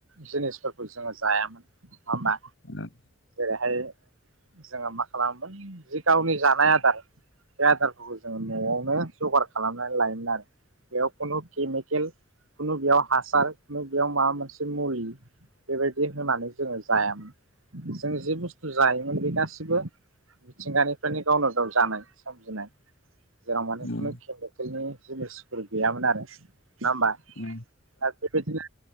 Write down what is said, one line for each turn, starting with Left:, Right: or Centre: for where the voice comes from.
Right: जिनिसफोरखौ जोङो जायामोन नङा होमबा?
Left: औ
Right: बेहाय जोङो मा खालामोमोन जि गावनि जानाय आदार बे आदारफोरखौ जोङो न'आवनो जगार खालामनानै लायोमोन आरो। बेयाव खुनु केमिकेल कुनु बेयाव हासार खुनु बेयाव मा मोनसे मुलि बेबायदि होनानै जोङो जायामोन जों जि बुस्थु जायोमोन बे गासिबो मिथिंगानिफ्रायनो गावनो गाव जानाय सोमजिनाय जेराव माने खुनु
Left: उम
Right: केमिकेलनि जिनिसफोर गैयामोन आरो नङा होमबा दा
Left: औ
Right: बेबायदिनो